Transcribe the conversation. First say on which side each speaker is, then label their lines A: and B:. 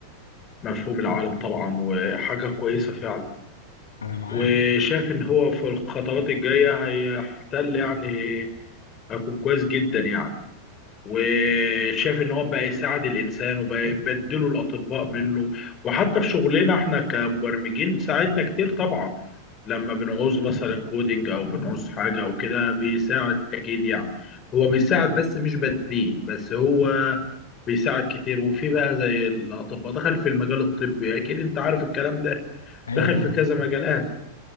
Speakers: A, on the left; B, on the left.
A: مفهوم العالم طبعا وحاجة كويسة فعلا
B: أنا معاك
A: وشايف إن هو في الخطوات الجاية هيحتل يعني هيكون كويس جدا يعني وشاف ان هو بقى يساعد الانسان وبقى يبدله الاطباء منه وحتى في شغلنا احنا كمبرمجين ساعدنا كتير طبعا لما بنعوز مثلا كودينج او بنعوز حاجه او كده بيساعد اكيد يعني هو بيساعد بس مش بديل بس هو بيساعد كتير وفي بقى زي الاطباء دخل في المجال الطبي اكيد انت عارف الكلام ده
B: أيوه
A: دخل
B: طبعا
A: في كذا مجالات